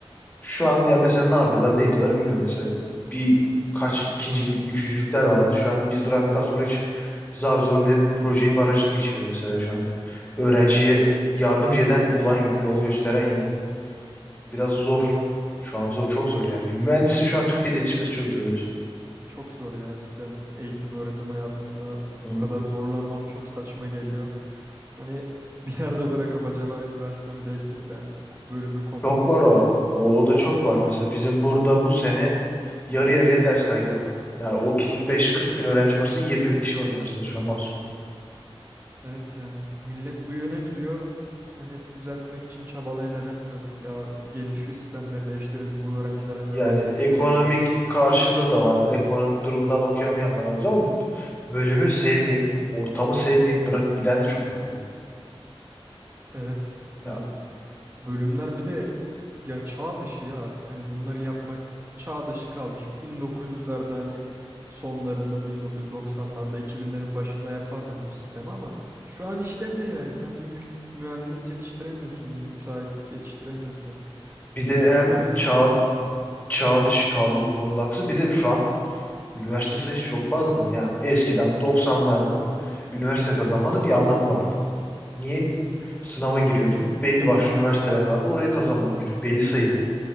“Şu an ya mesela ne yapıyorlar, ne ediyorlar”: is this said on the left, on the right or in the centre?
Left